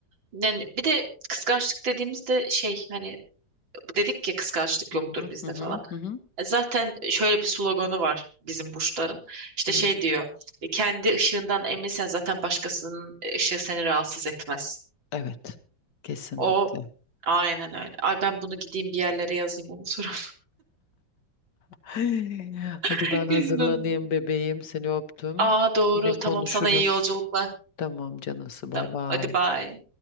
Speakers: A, on the right; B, on the left.
A: Yani bir de kıskançlık dediğimizde şey hani dedik ya kıskançlık
B: Hı
A: yoktur
B: hı
A: bizde
B: hı hı
A: falan.
B: hı. hı.
A: E, Zaten şöyle bir sloganı var bizim Burçların. İşte
B: Hı,
A: şey diyor. e, Kendi ışığından eminsen zaten başkasının e, ışığı seni rahatsız etmez.
B: Evet. Kesinlikle.
A: O aynen öyle. Ay ben bunu gideyim bir yerlere yazayım onu unuturum.
B: <gasps> Hadi
A: <laughs>
B: ben hazırlanayım bebeğim. Seni öptüm.
A: Aa doğru.
B: Yine
A: Tamam
B: konuşuruz.
A: sana iyi yolculuklar.
B: Tamam canısı.
A: Tamam.
B: Bay bay.
A: Hadi bye.